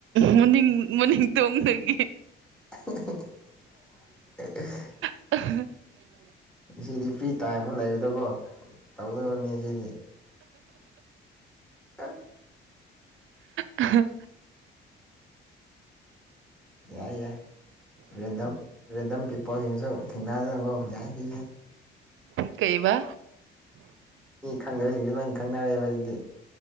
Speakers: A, on the right (about 75°); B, in the centre.
A: ꯃꯅꯤꯡ ꯃꯅꯤꯡ ꯇꯣꯡꯗꯒꯤ
B: <unintelligible>
A: <unintelligible>
B: ꯁꯤꯗꯤ ꯐ꯭ꯔꯤ ꯇꯥꯏꯝ ꯑꯃ ꯂꯩꯕꯗꯀꯣ ꯇꯧꯗꯕꯅꯤ ꯁꯤꯗꯤ ꯑ
A: ꯑ
B: ꯌꯥꯏ ꯌꯥꯏ ꯔꯦꯟꯗꯝ ꯔꯦꯟꯗꯝ ꯄꯤꯄꯜꯁꯤꯡꯁꯨ ꯊꯦꯡꯅꯗꯅꯀꯣ ꯌꯥꯏ ꯁꯤ
A: ꯀꯩꯕ
B: ꯃꯤ ꯈꯪꯗꯕꯁꯤꯡꯁꯨ ꯂꯣꯏꯅ ꯈꯪꯅꯔꯦꯕ ꯑꯗꯨꯗꯤ